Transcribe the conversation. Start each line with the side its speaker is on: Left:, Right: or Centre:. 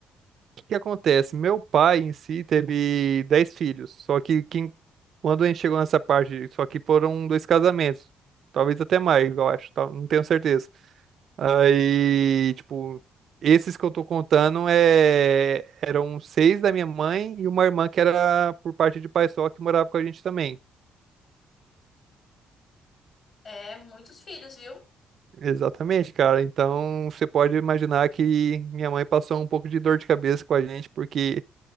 Right: que acontece? Meu pai em si teve 10 filhos, só que quem, quando a gente chegou nessa parte, só que foram dois casamentos, talvez até mais, eu acho, tá? Não tenho certeza. Aí, tipo, esses que eu tô contando é, eram seis da minha mãe e uma irmã que era por parte de pai só que morava com a gente também.
Left: É, muitos filhos, viu?
Right: Exatamente, cara. Então você pode imaginar que minha mãe passou um pouco de dor de cabeça com a gente, porque